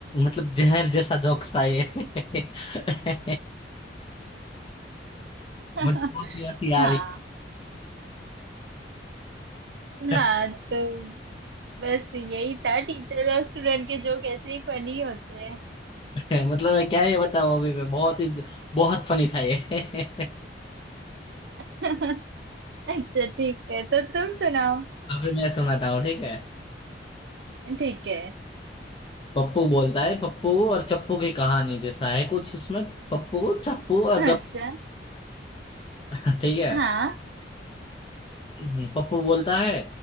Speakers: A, on the left (about 25°); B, on the right (about 70°).
A: मतलब जहर जैसा जोक्स था ये <laughs>
B: <laughs>
A: मुझे बहुत ही हंसी
B: हाँ
A: आ रही <laughs>
B: हाँ तो बस यही था टीचर और स्टूडेंट के जोक ऐसे ही फनी होते हैं
A: मतलब मैं क्या ये बताऊँ अभी मैं बहुत ही बहुत फनी था ये <laughs>
B: <laughs> अच्छा ठीक है तो तुम सुनाओ
A: अभी मैं सुनाता हूँ ठीक है
B: ठीक है
A: पप्पू बोलता है पप्पू और चप्पू की कहानी जैसा है कुछ इसमें पप्पू चप्पू और
B: अच्छा
A: गप <laughs> ठीक है
B: हाँ
A: हम्म, पप्पू बोलता है